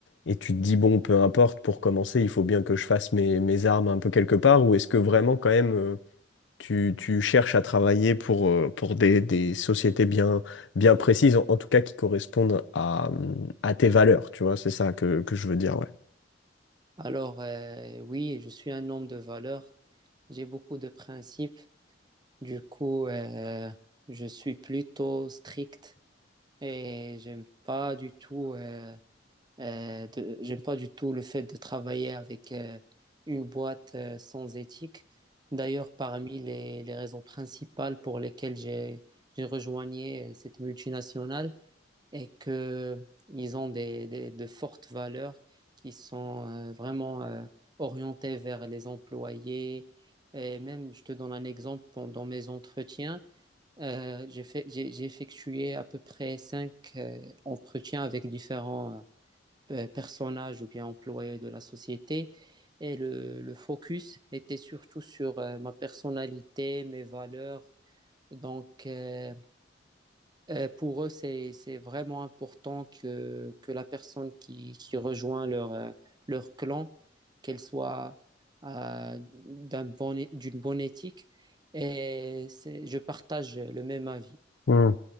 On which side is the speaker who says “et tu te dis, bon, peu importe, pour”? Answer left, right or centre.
Left